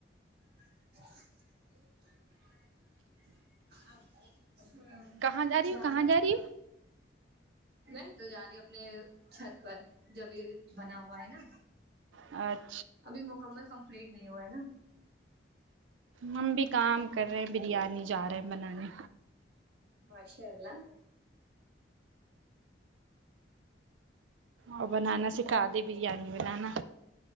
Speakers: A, on the right; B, on the right.
A: <inaudible> <unintelligible>
B: کہاں جا رہی ہو کہاں جا رہی
A: نہیں تو جا رہی ہ اپنے چھت پر جبھی بنا ہوا ہے نا
B: ایر
A: ابھی مکمل کمپلیٹ نہیں ہوا ہے نا
B: هم بھی کام کر رہے ہیں بریانی جا رہے ہیں بنانے
A: ماشاءاللہ
B: اور بنانا سکھا دی بریانی بنانا